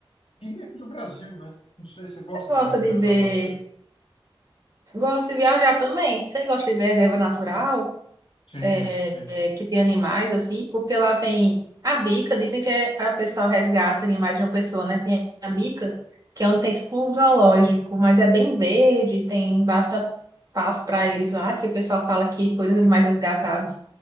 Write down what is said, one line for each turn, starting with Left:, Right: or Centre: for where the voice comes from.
Left: E nem aqui do Brasil, né? Não sei, você gosta
Right: Você gosta
Left: também de
Right: de
Left: viajar
Right: ver.
Left: bastante?
Right: Gosto de viajar também. Você gosta de ver reserva natural?
Left: Sim,
Right: é,
Left: sim.
Right: é, que tem animais, assim, porque lá tem a bica, dizem que é, a pessoa resgata animais de uma pessoa, né? Tem a bica, que é onde tem tipo um zoológico, mas é bem verde, tem bastante espaço para eles lá, que o pessoal fala que foram os animais resgatados.